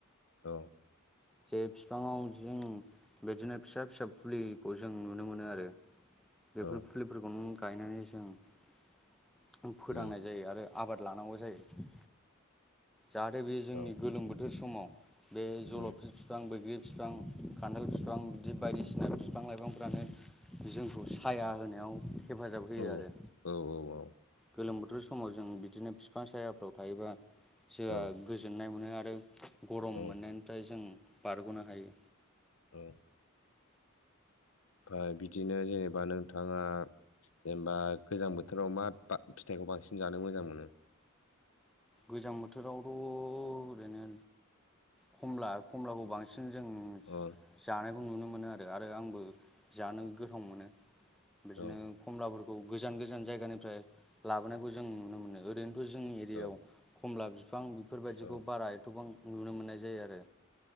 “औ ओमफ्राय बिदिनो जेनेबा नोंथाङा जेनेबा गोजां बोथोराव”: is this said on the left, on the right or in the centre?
Left